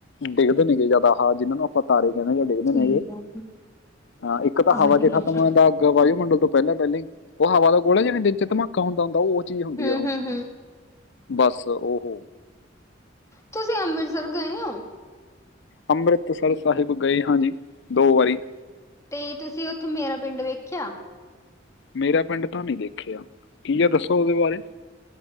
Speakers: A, on the left (about 65°); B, on the left (about 15°).
A: ਡਿੱਗਦੇ ਨੇਗੇ ਜਿਆਦਾ ਹਾਂ ਜਿਹਨਾਂ ਨੂੰ ਆਪਾਂ ਤਾਰੇ- ਡਿੱਗਦੇ
B: ਠੀਕ
A: ਨੇਗੇ
B: ਹੈ
A: ਹਾਂ ਇੱਕ
B: ਸਮਝ
A: ਤਾਂ ਹਵਾ ਚ
B: ਗਈ
A: ਖਤਮ ਹੋ ਜਾਂਦਾ ਵਯੂਮ ਮੰਡਲ ਤੋਂ ਪਹਿਲਾਂ ਪਹਿਲਾਂ ਉਹ ਹਵਾ ਦਾ ਗੋਲ ਜ ਨਹੀਂ ਦਿੰ- ਧਮਾਕਾ ਹੁੰਦਾ ਹੁੰਦਾ ਉਹ- ਚੀਜ਼ ਹੁੰਦੀ
B: ਹੂੰ'-ਹੂੰ-ਹੂੰ
A: ਆ ਉਹ ਬਸ ਉਹ
B: ਤੁਸੀਂ ਅੰਮ੍ਰਿਤਸਰ ਗਏ ਹੋ?
A: ਅੰਮ੍ਰਿਤਸਰ ਸਾਹਿਬ ਗਏ ਹਾਂ ਜੀ ਦੋ ਵਾਰੀ
B: ਤੇ ਤੁਸੀਂ ਉੱਥੇ ਮੇਰਾ ਪਿੰਡ ਵੇਖਿਆ-
A: ਮੇਰਾ ਪਿੰਡ ਤਾਂ ਨਹੀਂ ਦੇਖਿਆ। ਕੀ ਆ ਦੱਸੋ ਉਹਦੇ ਬਾਰੇ।